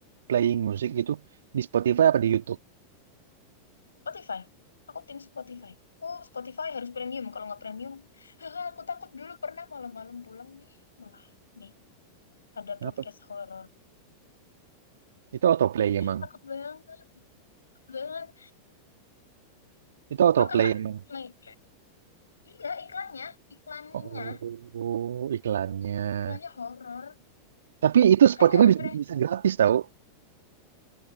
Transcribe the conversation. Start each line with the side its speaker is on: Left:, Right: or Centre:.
Right: playing musik gitu di Spotify apa di YouTube?
Left: Spotify aku tim Spotify aku Spotify harus premium kalau nggak premium <laughs> aku takut dulu pernah malam-malam pulang nih malah nih ada
Right: Apa?
Left: podcast horor
Right: Itu autoplay emang.
Left: takut banget banget.
Right: Itu autoplay
Left: Emang kakak,
Right: emang.
Left: main- iya iklannya, iklannya,
Right: Oh, iklannya.
Left: iklannya horor.
Right: Tapi itu Spotify
Left: Makanya harus
Right: bisa,
Left: berani.
Right: bisa gratis tau